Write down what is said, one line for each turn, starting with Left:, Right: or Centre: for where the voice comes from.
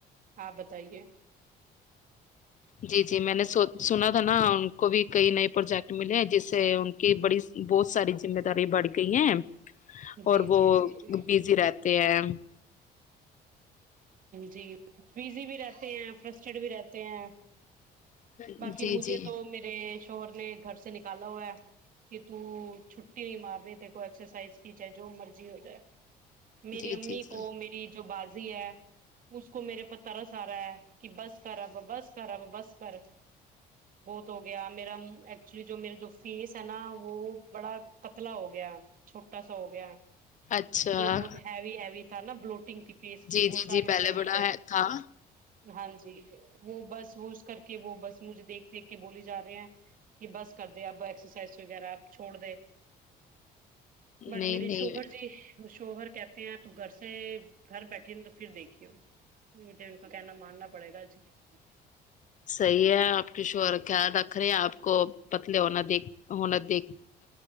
Right: آپ بتائیے <inaudible>
Left: جی جی میں نے سنا تھا نا ان کو بھی کئی نئے پروجیکٹ ملے ہیں جس سے ان کی بڑی بہت ساری ذمہ داری بڑھ گئی ہیں <unintelligible> اور
Right: جی
Left: وہ
Right: جی جی
Left: بزی رہتا <unintelligible> ت ا <inaudible>
Right: جی بزی بھی رہتے ہیں فرسٹڈ بھی رہتے ہیں <unintelligible>
Left: جی
Right: <inaudible> باقی مجھے
Left: جی
Right: تو میرے <unintelligible> شور نے گھر سے نکالا ہوا کہ تو چھٹی نہیں مار رہی ت کو ایکسرسائز کی جائے جو مرضی ہو جائے <unintelligible> میری
Left: جی
Right: امی
Left: جی
Right: <inaudible>
Left: جی
Right: وہ میری جو باز اس کو میرے پر ترس آ رہا ہے کہ بس <unintelligible> خرااب بس خرااب بس خر <unintelligible> بہت ہو گیا میرا ایکچولی جو میرے جو فیس ہے نا وہ بڑا قتلا ہو گیا چھوٹ چٹا سو ہو گیا
Left: اچھا
Right: جو بہت ہےو ہےو <unintelligible> نا بلوٹنگ تھی فیس
Left: جی
Right: وہ
Left: جی جی
Right: ساری
Left: پہلے
Right: اتر
Left: بڑا
Right: گئی ہے
Left: تھا
Right: <unintelligible> ہاں جی وہ بس وہز کر کے وہ بس مجھے دیکھ دیکھ کے بولی جا رہی ہیں کہ بس کر دے اپ ایکسرسائز وغیرہ آپ چھوڑ دے
Left: نہیں
Right: بٹ میرے
Left: نہیں
Right: شوہر جی شوہر کہتے ہیں تو گرس <unintelligible> گھر بیٹے تو پھر دیکھی ہو مجھے ان کا کہنا ماننا پڑے گا جی <unintelligible>
Left: صحیح ہے آپ ک ش کیا رکھ رہے ہیں آپ کو پتلے ہونا دیک ہونا دیکھ